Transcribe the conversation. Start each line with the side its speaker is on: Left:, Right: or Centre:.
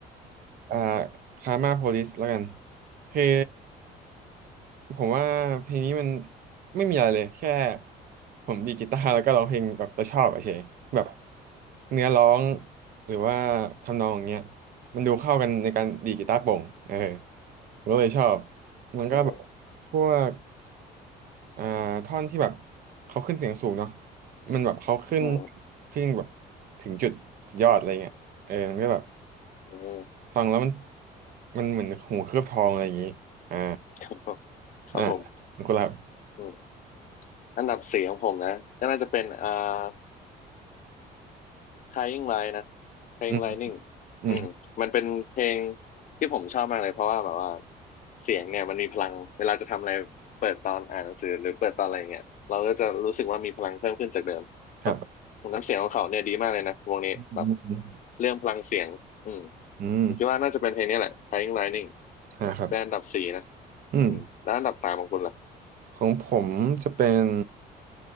Right: อ่าคาร์มาโพลิสแล้วกันคือ ผมว่าเพลงนี้มันไม่มีอะไรเลยแค่ผมดีดกีตาร์แล้วก็ร้องเพลงแบบเราชอบอะเฉยแบบเนื้อร้องหรือว่าทำนองอย่างเงี้ยมันดูเข้ากันในการดีดกีตาร์โปร่งเออผมก็เลยชอบมันก็แบบ
Left: <laughs>
Right: พวกอ่าท่อนที่แบบเขาขึ้นเสียงสูงเนาะมันแบบเขาขึ้น
Left: อืม
Right: ที่แบบถึงจุดสุดยอดอะไรเงี้ยเออมันก็แบบ
Left: อืม
Right: ฟังแล้วมันมันเหมือนหูเคลือบทองอะไรอย่างงี้อ่า
Left: <laughs> ครับผมครับผม
Right: อ่าขอบคุณครับ
Left: อืมอันดับสี่ของผมนะก็น่าจะเป็นอ่า Crying Light นะ Crying
Right: อืม
Left: Lightning
Right: อืม
Left: อืมมันเป็นเพลงที่ผมชอบมากเลยเพราะว่าแบบว่าเสียงเนี่ยมันมีพลังเวลาจะทำอะไรเปิดตอนอ่านหนังสือหรือเปิดตอนอะไรเงี้ยเราก็จะรู้สึกว่ามีพลังเพิ่มขึ้นจากเดิมแบบ
Right: ครับ
Left: น้ำเสียงของเขาเนี่ยดีมากเลยนะวงนี้แบบ
Right: อืม
Left: เรื่องพลังเสียงอืม
Right: อืม
Left: ผมคิดว่าน่าจะเป็นเพลงนี้แหละ Crying Lightning
Right: อ่าครับ
Left: เป็นอันดับสี่นะ
Right: อืม
Left: อืมแล้วอันดับสามของคุณล่ะ
Right: ของผมจะเป็น